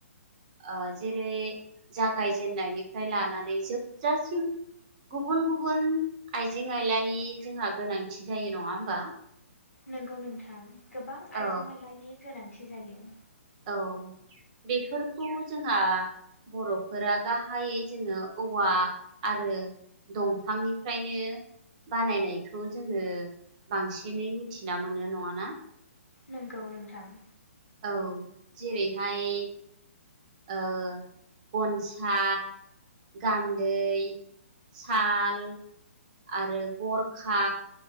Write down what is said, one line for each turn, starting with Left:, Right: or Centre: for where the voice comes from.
Right: ओ जेरै जागायजेननायनिफ्राय लानानै जोबजासिम गुबुन गुबुन आइजें आइलानि जोंहा गोनांथि जायो नङा होमबा?
Left: नंगौ नोंथां। गोबां आइजो
Right: औ
Left: आयलानि गोनांथि जायो।
Right: औ बेफोरखौ जोंहा बर'फोरा गाहायै जोङो औवा आरो दंफांनिफ्रायनो बानायनायखौ जोङो बांसिनै मिथिना मोनो नङाना?
Left: नंगौ नोंथां ।
Right: औ जेरैहाय ओ गनसा गान्दै साल आरो गरखा